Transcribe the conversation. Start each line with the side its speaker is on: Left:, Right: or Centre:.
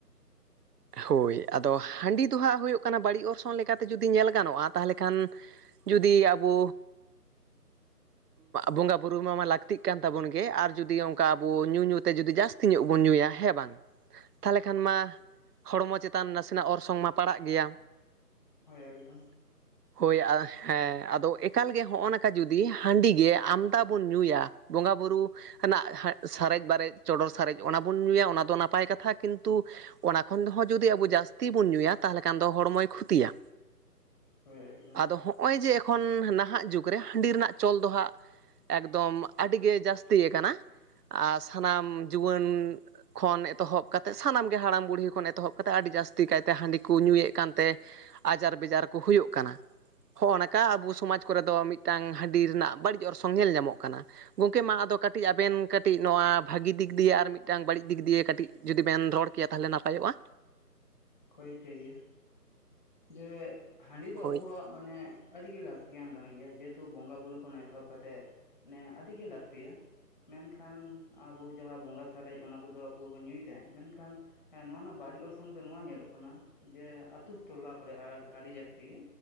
Right: ᱦᱳᱭ ᱟᱫᱚ ᱦᱟᱺᱰᱤ ᱫᱚ ᱦᱟᱸᱜ ᱦᱩᱭᱩᱜ ᱠᱟᱱᱟ ᱵᱟᱹᱲᱤᱡ ᱚᱨᱥᱚᱝ ᱞᱮᱠᱟᱛᱮ ᱡᱩᱫᱤ ᱧᱮᱞ ᱜᱟᱱᱚᱜᱼᱟ ᱛᱟᱦᱚᱞᱮ ᱠᱷᱟᱱ ᱡᱩᱫᱤ ᱟᱵᱚ ᱵᱚᱸᱜᱟ ᱵᱩᱨᱩ ᱱᱚᱣᱟ ᱢᱟ ᱞᱟᱹᱠᱛᱤᱜ ᱠᱟᱱ ᱛᱟᱵᱚᱱ ᱜᱮ ᱟᱨ ᱡᱩᱫᱤ ᱚᱝᱠᱟ ᱟᱵᱚ ᱧᱩ ᱧᱩ ᱛᱮ ᱡᱩᱫᱤ ᱡᱟᱥ ᱛᱤᱧᱚᱜ ᱵᱚᱱ ᱧᱩᱭᱟ ᱦᱮᱸ ᱵᱟᱝ ᱛᱷᱟᱞᱮ ᱠᱷᱟᱱ ᱢᱟ ᱦᱚᱲᱢᱚ ᱪᱮᱛᱟᱱ ᱱᱟᱥᱮᱱᱟᱜ ᱚᱨᱥᱚᱝ ᱢᱟ ᱯᱟᱲᱟᱜ ᱜᱮᱭᱟ᱾
Centre: ᱦᱳᱭ ᱮᱠᱫᱚᱢ
Right: <inaudible> ᱦᱳᱭ ᱦᱮᱸ ᱟᱫᱚ ᱮᱠᱟᱞᱜᱮ ᱦᱚᱜᱼᱚ ᱱᱚᱠᱟ ᱡᱩᱫᱤ ᱦᱟᱺᱰᱤ ᱜᱮ ᱟᱢᱫᱟ ᱵᱚᱱ ᱧᱩᱭᱟ ᱵᱚᱸᱜᱟ ᱵᱩᱨᱩ ᱨᱮᱱᱟᱜ ᱥᱟᱨᱮᱡ ᱵᱟᱨᱮᱡ ᱪᱚᱸᱰᱚᱨ ᱥᱟᱨᱮᱡ ᱚᱱᱟ ᱵᱚᱱ ᱧᱩᱭᱟ ᱚᱱᱟ ᱫᱚ ᱱᱟᱯᱟᱭ ᱠᱟᱛᱷᱟ ᱠᱤᱱᱛᱩ ᱚᱱᱟ ᱠᱷᱚᱱ ᱦᱚᱸ ᱡᱩᱫᱤ ᱟᱵᱚ ᱡᱟᱹᱥᱛᱤ ᱵᱚᱱ ᱧᱩᱭᱟ ᱛᱟᱦᱚᱞᱮ ᱠᱷᱟᱱ ᱫᱚ ᱦᱚᱲᱢᱚᱭ ᱠᱷᱚᱛᱤᱭᱟ
Centre: ᱦᱳᱭ ᱮᱠᱫᱚᱢ
Right: ᱟᱫᱚ ᱦᱚ ᱦᱚᱜᱼᱚᱭ ᱡᱮ ᱮᱠᱷᱚᱱ ᱱᱟᱦᱟᱜ ᱡᱩᱜᱽ ᱨᱮ ᱦᱟᱺᱰᱤ ᱨᱮᱱᱟᱜ ᱪᱚᱞ ᱫᱚ ᱦᱟᱸᱜ ᱮᱠᱫᱚᱢ ᱟᱹᱰᱤᱜᱮ ᱡᱟᱹᱥᱛᱤ ᱟᱨ ᱥᱟᱱᱟᱢ ᱡᱩᱣᱟᱹᱱ ᱠᱷᱚᱱ ᱮᱛᱚᱦᱚᱵ ᱠᱟᱛᱮᱜ ᱥᱟᱱᱟᱢᱜᱮ ᱦᱟᱲᱟᱢ ᱵᱩᱲᱦᱤ ᱠᱷᱚᱱ ᱮᱛᱚᱦᱚᱵ ᱠᱟᱛᱮᱜ ᱟᱹᱰᱤ ᱡᱟᱥ ᱛᱤ ᱠᱟᱭᱛᱮ ᱦᱟᱺᱰᱤ ᱠᱚ ᱧᱩᱭᱮᱫ ᱠᱟᱱᱛᱮ ᱟᱡᱟᱨ ᱵᱮᱡᱟᱨ ᱠᱚ ᱦᱩᱭᱩᱜ ᱠᱟᱱᱟ ᱦᱚᱸ ᱚᱝᱠᱟ ᱟᱵᱚ ᱥᱚᱢᱟᱡᱽ ᱠᱚᱨᱮ ᱫᱚ ᱢᱤᱫᱴᱟᱱ ᱦᱟᱺᱰᱤ ᱨᱮᱱᱟᱜ ᱵᱟᱹᱲᱤᱡ ᱚᱨᱥᱚᱝ ᱧᱮᱞ ᱧᱟᱢᱚᱜ ᱠᱟᱱᱟ ᱜᱚᱝᱠᱮ ᱢᱟ ᱟᱫᱚ <inaudible> ᱠᱟᱹᱴᱤᱡ ᱟᱵᱮᱱ ᱠᱟᱹᱴᱤᱡ ᱱᱚᱣᱟ ᱵᱷᱟᱹᱜᱤ ᱫᱤᱠ ᱫᱤᱭᱮ ᱟᱨ ᱢᱤᱫᱴᱟᱝ ᱵᱟᱹᱲᱤᱡ ᱫᱤᱠ ᱫᱤᱭᱮ ᱠᱟᱹᱴᱤᱡ ᱡᱩᱫᱤ ᱵᱮᱱ ᱨᱚᱲ ᱠᱮᱭᱟ ᱛᱟᱦᱚᱞᱮ ᱱᱟᱯᱟᱭᱚᱜᱼᱟ
Centre: ᱦᱳᱭ ᱴᱷᱤᱠ ᱜᱮᱭᱟ ᱡᱮ ᱦᱟᱺᱰᱤ ᱫᱚ
Right: ᱦᱳᱭ
Centre: ᱟᱵᱚᱣᱟᱜ ᱢᱟᱱᱮ ᱟᱹᱰᱤᱜᱮ ᱞᱟᱹᱠᱛᱤᱭᱟᱱ ᱠᱟᱱ ᱜᱮᱭᱟ ᱡᱮᱦᱮᱛᱩ ᱵᱚᱸᱜᱟ ᱵᱩᱨᱩ ᱠᱷᱚᱱ ᱮᱛᱚᱦᱚᱵ ᱠᱟᱛᱮᱫ ᱢᱟᱱᱮ ᱟᱹᱰᱤ ᱜᱮ ᱞᱟᱹᱠᱛᱤᱭᱟ ᱢᱮᱱᱠᱷᱟᱱ ᱟᱵᱚ ᱡᱟᱦᱟᱸ ᱵᱚᱸᱜᱟ ᱥᱟᱨᱮᱡ ᱚᱱᱟ ᱠᱚᱫᱚ ᱟᱵᱚ ᱵᱚᱱ ᱧᱩᱭ ᱛᱟᱦᱮᱸᱫ ᱢᱮᱱᱠᱷᱟᱱ ᱱᱚᱣᱟ ᱨᱮᱱᱟᱜ ᱵᱟᱹᱲᱤᱡ ᱚᱨᱥᱚᱝ ᱫᱚ ᱱᱚᱣᱟ ᱧᱮᱞᱚᱜ ᱠᱟᱱᱟ ᱡᱮ ᱟᱹᱛᱩ ᱴᱚᱞᱟ ᱠᱚᱨᱮ ᱟᱹᱰᱤ ᱡᱟᱹᱥᱛᱤ ᱜᱮ